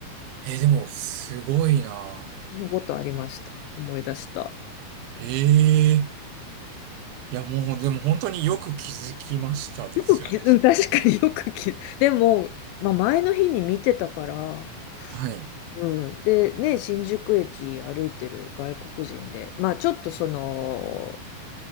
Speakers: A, on the right; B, on the left.
A: えーでも、すごいな。
B: のことありました。思い出した。
A: へえ。いや、もう、でも本当によく気づきましたですよね、
B: よくき、うん、
A: それ。
B: 確かによくき、でも、まあ、前の日に見てたから、
A: はい。
B: うん、で、ね、新宿駅歩いてる外国人で、まあ、ちょっとその、